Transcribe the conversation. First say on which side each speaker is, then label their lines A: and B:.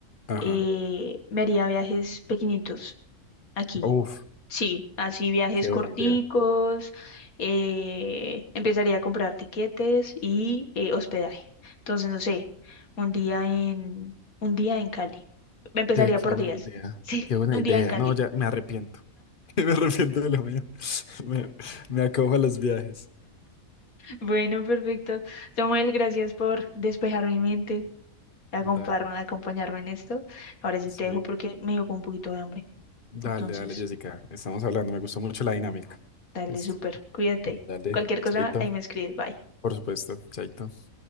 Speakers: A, on the left (about 40°); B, on the left (about 85°).
A: Ajá.
B: eh, me haría viajes pequeñitos aquí.
A: Uf,
B: Sí, así viajes
A: qué
B: corticos.
A: buena idea.
B: eh, empezaría a comprar tiquetes y eh, hospedaje. Entonces, no sé, un día en, un día en Cali. Empezaría
A: Qué, qué
B: por
A: buena
B: días.
A: idea,
B: <laughs> Sí,
A: qué buena
B: un
A: idea.
B: día en Cali.
A: No, ya me arrepiento. <laughs> Me arrepiento de lo mío. <laughs> Me, me acojo a los viajes.
B: Bueno, perfecto. Samuel, gracias por despejar mi mente. acompañarme,
A: Dale,
B: acompañarme en esto. Ahora sí
A: Sí.
B: te dejo porque me dio como un poquito de hambre.
A: Dale,
B: Entonces,
A: dale, Jessica. Estamos hablando. Me gustó mucho la dinámica.
B: dale
A: Listo.
B: súper, cuídate.
A: Dale,
B: Cualquier cosa,
A: chaito.
B: ahí me escribes, bye.
A: Por supuesto, chaito.